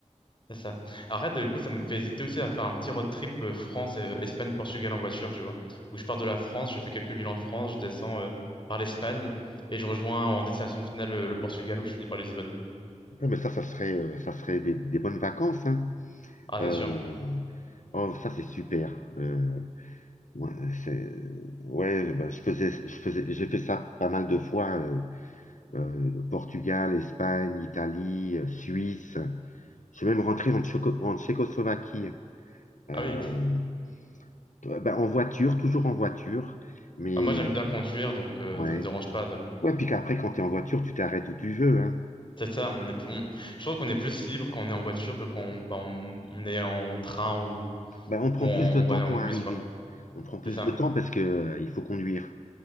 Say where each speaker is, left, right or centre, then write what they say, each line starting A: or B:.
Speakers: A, on the left; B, on the left.
A: C'est ça. Arrête, du coup, ça me fait hésiter aussi à faire un petit road trip euh, France, euh, Espagne, Portugal en voiture, tu vois. Où je pars de la France, je fais quelques villes en France, je descends euh, par l'Espagne et je rejoins en destination finale euh, le Portugal où je finis par Lisbonne.
B: Ouais, mais ça, ça serait, euh, ça serait des, des bonnes vacances. hein.
A: Ah,
B: Euh,
A: c'est sûr.
B: Oh, ça c'est super. Euh, ouais, c'est, ouais, bah, je faisais, je faisais, j'ai fait ça pas mal de fois. euh, euh, Portugal, Espagne, Italie, euh, Suisse. Je suis même rentré en, Tchéco- en Tchécoslovaquie. Euh,
A: Ah oui.
B: t- bah, en voiture, toujours en voiture. Mais
A: Bah, moi, j'aime
B: euh,
A: bien conduire, donc euh,
B: ouais,
A: ça me dérange pas. de.
B: ouais. Puis qu'après, quand t'es en voiture, tu t'arrêtes où tu veux. Hein.
A: C'est ça, on est plus, on- je trouve qu'on est plus libre quand on est en voiture que quand on, bah, on- on est en train ou,
B: Bah, on prend
A: ou en,
B: plus de temps
A: voilà,
B: pour
A: en bus,
B: arriver.
A: quoi.
B: On prend plus
A: C'est ça.
B: de temps parce que euh, il faut conduire.